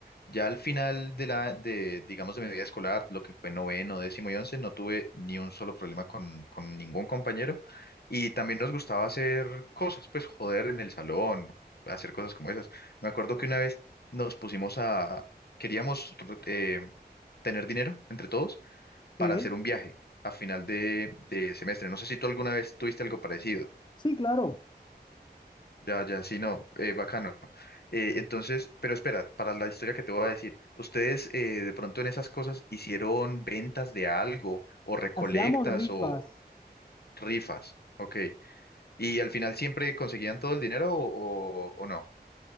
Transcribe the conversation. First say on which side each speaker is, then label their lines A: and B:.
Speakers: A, on the left; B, on the left.
A: Ya al final de la, de, digamos, de mi vida escolar, lo que fue noveno, décimo y once, no tuve ni un solo problema con, con ningún compañero. Y también nos gustaba hacer cosas, pues joder en el salón, hacer cosas como esas. Me acuerdo que una vez nos pusimos a, queríamos eh, tener dinero entre todos para
B: Sí,
A: hacer un viaje a final de, de semestre. No sé si tú alguna vez tuviste algo parecido.
B: sí, claro.
A: Ya, ya, sí, no, eh, bacano. Eh, entonces, pero espera, para la historia que te voy a decir, ¿ustedes eh, de pronto en esas cosas hicieron ventas de algo o recolectas
B: Hacíamos rifas.
A: o rifas? Ok. ¿Y al final siempre conseguían todo el dinero o, o o no?